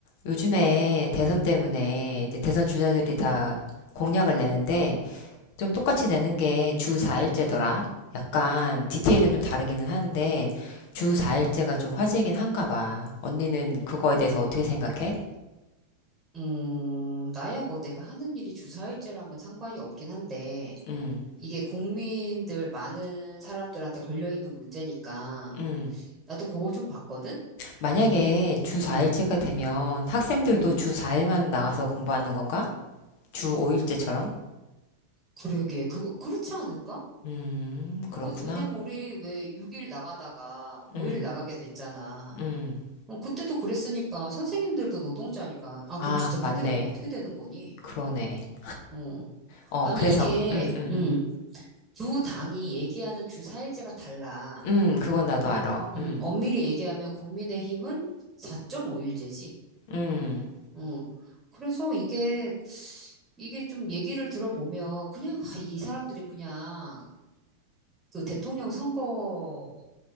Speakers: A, on the left; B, on the right.
A: 요즘에 대선 때문에 이제 대선 주자들이 다 공약을 내는데 좀 똑같이 내는 게 주 4일제더라. 약간 디테일은 좀 다르기는 하는데 주 4일제가 좀 화제이긴 한가 봐. 언니는 그거에 대해서 어떻게 생각해?
B: 음, 나야 뭐 내가 하는 일이 주사일제랑은 상관이 없긴 한데,
A: 음.
B: 이게 국민들 많은 사람들한테 걸려있는 문제니까,
A: 음.
B: 나도 그거 좀 봤거든?
A: 만약에
B: 그 민,
A: 주
B: 음,
A: 4일제가 되면 학생들도
B: 음,
A: 주 4일만 나가서 공부하는 건가? 주 5일제처럼?
B: 그러게. 그거, 그렇지 않을까?
A: 음,
B: 그거,
A: 그렇구나.
B: 왜냐면 우리 왜 6일 나가다가 5일
A: 음,
B: 나가게 됐잖아.
A: 음.
B: 어, 그때도 그랬으니까, 선생님들도 노동자니까, 아, 그럼
A: 아,
B: 진짜 그렇게
A: 맞네.
B: 되면 어떻게 되는 거니?
A: 그러네.
B: 어,
A: 어,
B: 아니,
A: 그래서,
B: 이게,
A: 음, 음,
B: 음,
A: 음.
B: 두 당이 얘기하는 주사일제가 달라.
A: 음, 그건 나도
B: 그리고
A: 알아.
B: 음,
A: 음,
B: 엄밀히 얘기하면 국민의힘은 4.5일제지.
A: 음,
B: 어. 그래서 이게 이게 좀 얘기를 들어보면 그냥 아, 이 사람들이 그냥 그 대통령 선거